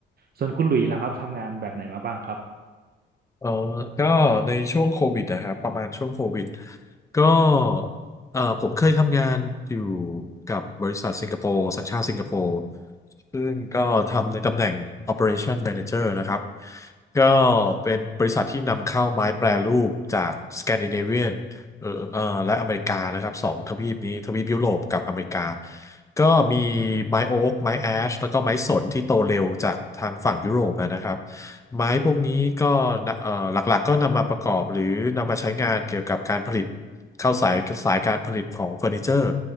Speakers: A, on the right (about 50°); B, on the left (about 15°).
A: ส่วนคุณหลุยส์ล่ะครับทำงานแบบไหนมาบ้างครับ
B: เออก็ในช่วงโควิดนะครับ ประมาณช่วงโควิด ก็เออผมเคยทำงานอยู่กับบริษัทสิงคโปร์สัญชาติสิงคโปร์ ซึ่งก็ทำในตำแหน่ง Operation Manager นะครับ ก็เป็นบริษัทที่นำเข้าไม้แปรรูปจากสแกนดิเนเวียนเออเออและอเมริกานะครับ สองทวีปนี้ทวีปยุโรปกับอเมริกา ก็มีไม้โอ๊กไม้แอชแล้วก็ไม้สนที่โตเร็วจากทางฝั่งยุโรปนะครับ ไม้พวกนี้ก็เอ่อหลักๆก็นำมาประกอบหรือนำมาใช้งานเกี่ยวกับการผลิตเข้าสายสายการผลิตของเฟอร์นิเจอร์